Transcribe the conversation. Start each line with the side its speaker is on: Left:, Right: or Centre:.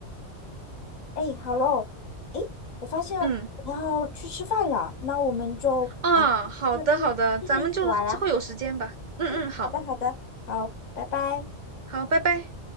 Left: 哎，好喽，哎，我发现我要去吃饭了，
Right: 嗯
Left: 那我们就啊，
Right: 啊，
Left: 呃接着一接着一起玩啊，
Right: 好的好的，咱们就之后有时间吧。嗯嗯，
Left: 嗯，
Right: 好
Left: 好的，好的，好，拜拜。
Right: 好，拜拜。